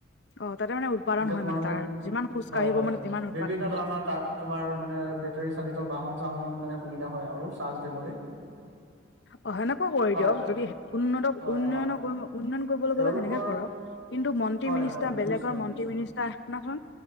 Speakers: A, on the left; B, on the right.
A: অ তাতে মানে উৎপাদন
B: এতিয়া
A: হয়
B: তোমাৰ মানে
A: তাৰ যিমান খোজ
B: হয়
A: কাঢ়িব
B: হয়
A: মানে তিমান উৎপাদন
B: বিভিন্ন
A: হ'ব
B: ধৰণৰ তাত তোমাৰ মানে বেটৰী চালিত বাহন চাহনত মানে সুবিধা হয় আৰু চাৰ্জ দিবলৈ।
A: অ সেনেকুৱা কৰি
B: হয়
A: দিয়ক যদি উন্নতক
B: হয়
A: উন্নয়ন
B: হয়
A: উন্নয়ন কৰিবলৈ
B: তেওঁলোকৰ
A: গ'লে সেনেকে কৰক। কিন্তু মন্ত্ৰী
B: হয়
A: মিনিষ্টাৰ
B: হয়
A: বেলেগৰ
B: নিশ্চয়
A: মন্ত্ৰী
B: নিশ্চয়
A: মিনিষ্টাৰ শুনাচোন।